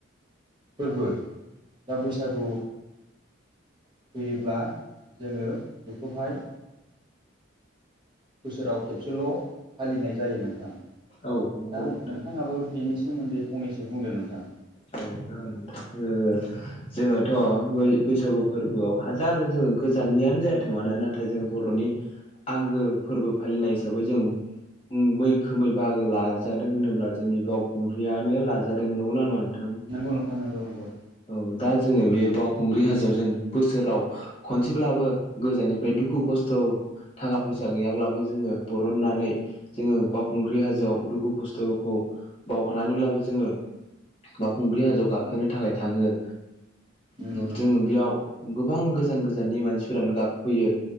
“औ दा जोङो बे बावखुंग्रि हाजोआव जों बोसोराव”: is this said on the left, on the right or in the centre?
Left